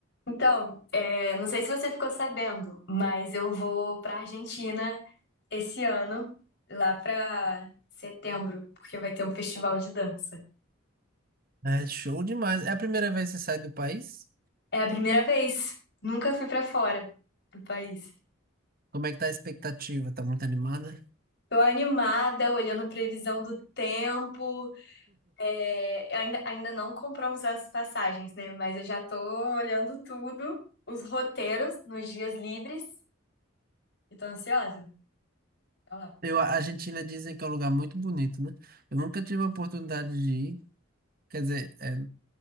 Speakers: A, on the left (about 55°); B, on the right (about 45°).
A: Então, é, não sei se você ficou sabendo, mas eu vou para Argentina esse ano, lá para setembro, porque vai ter um festival de dança.
B: É show demais. É a primeira vez que você sai do país?
A: É a primeira vez, nunca fui para fora do país.
B: Como é que tá a expectativa? Tá muito animada?
A: Tô animada, olhando a previsão do tempo. é, ainda, ainda não compramos as passagens, né? Mas eu já tô olhando tudo, os roteiros nos dias livres, e tô ansiosa. Olha lá.
B: Eu, a Argentina dizem que é um lugar muito bonito, né? Eu nunca tive a oportunidade de ir, quer dizer, é,